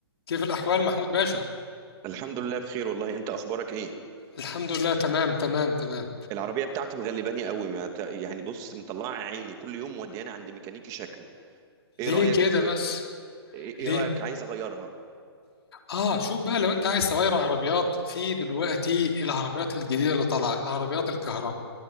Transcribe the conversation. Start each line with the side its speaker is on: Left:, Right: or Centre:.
Left: كيف الأحوال محمود باشا؟
Right: الحمد لله بخير والله انت اخبارك ايه
Left: الحمد لله تمام تمام تمام
Right: العربيه بتاعتي مغلباني قوي ما ت... يعني بص مطلعه عيني كل يوم مودياني عند ميكانيكي شكل
Left: ليه
Right: ايه رايك
Left: كده
Right: في
Left: بس؟
Right: ايه إيه
Left: ليه؟
Right: رايك عايز اغيرها
Left: آه شوف بقى لو أنت عايز تغير عربيات في دلوقتي العربيات الجديدة اللي طالعة العربيات الكهرباء